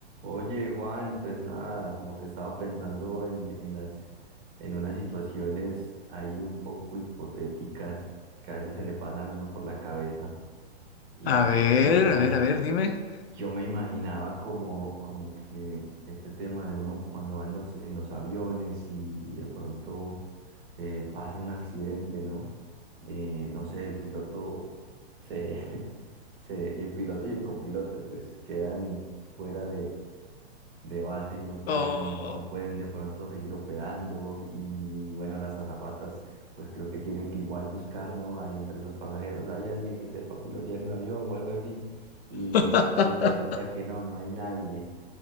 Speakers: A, on the right (about 50°); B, on the left (about 70°).
A: Oye, Juan, pues nada, como que estaba pensando en, en las, en unas situaciones ahí un poco hipotéticas que a veces se le pasan a uno por la cabeza y
B: A ver,
A: yo me imagino,
B: a ver, a ver, dime.
A: yo me imaginaba como, como que este tema de uno cuando va en los, en los aviones y, de pronto eh, pase un accidente, ¿no? Eh, no sé, el piloto se, <laughs> se, y el piloto y el copiloto pues quedan fuera de base y no pueden,
B: Oh.
A: no pueden de pronto seguir operando. Y bueno, las azafatas, pues creo que tienen que igual buscar, ¿no? A- Entre los pasajeros hay alguien que sepa pilotear un avión o algo así. Y
B: <laughs>
A: entonces resulta que no, no hay nadie.